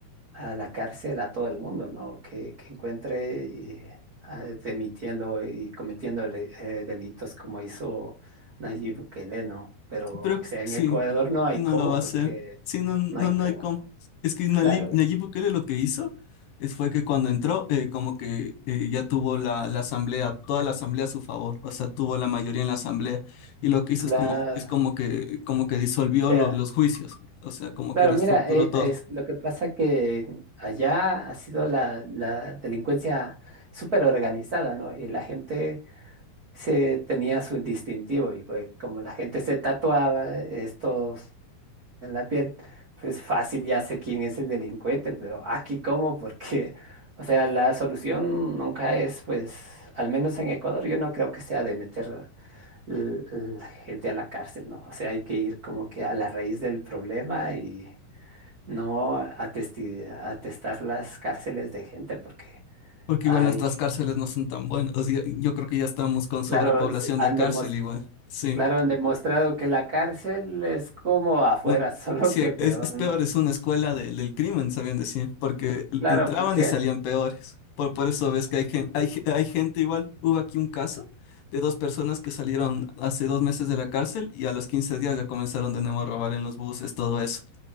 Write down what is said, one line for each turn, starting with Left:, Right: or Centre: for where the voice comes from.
Right: a la cárcel a todo el mundo, ¿no? Que, que encuentre eh, ah, demitiendo y cometiendo re- eh, delitos como hizo Nayib Bukele, ¿no? Pero,
Left: Sí, Pero
Right: o sea, en
Left: sí,
Right: Ecuador no hay
Left: sí no
Right: cómo,
Left: lo va
Right: porque
Left: a hacer. Sí, no, no,
Right: no hay
Left: no
Right: cómo.
Left: hay cómo. Es que Nayib,
Right: Claro,
Left: Nayib
Right: eh,
Left: Bukele lo que hizo es fue que cuando entró, eh, como que eh, ya tuvo la, la asamblea, toda la asamblea a su favor, o sea, tuvo la mayoría en la asamblea. Y lo que hizo
Right: claro.
Left: es como, es como
Right: o
Left: que, como que disolvió
Right: sea,
Left: lo- los juicios, o sea, como
Right: claro,
Left: que reestructuró
Right: mira, eh,
Left: todo.
Right: es, lo que pasa que allá ha sido la, la delincuencia súper organizada, ¿no? Y la gente se tenía su distintivo y pues como la gente se tatuaba estos en la piel, pues fácil ya sé quién es el delincuente, pero aquí cómo, porque, o sea, la solución nunca es, pues, al menos en Ecuador, yo no creo que sea de meter l- la gente a la cárcel, ¿no? O sea, hay que ir como que a la raíz del problema y no atesti- atestar las cárceles de gente, porque,
Left: Porque
Right: ay,
Left: igual nuestras cárceles no son tan buenas. O sea, yo creo que ya estamos con sobrepoblación
Right: claro, se- han
Left: de cárcel
Right: demostrado
Left: igual. Sí.
Right: Claro, han demostrado que la cárcel es como afuera,
Left: un-
Right: <laughs>
Left: sí,
Right: solo que peor,
Left: es, es
Right: ¿no?
Left: peor, es una escuela de- del crimen, sabían decir, porque
Right: Claro,
Left: entraban
Right: porque,
Left: y salían peores. Por, por eso ves que hay gente, hay, ge- hay gente igual. Hubo aquí un caso de dos personas que salieron hace dos meses de la cárcel y a los 15 días ya comenzaron de nuevo a robar en los buses, todo eso.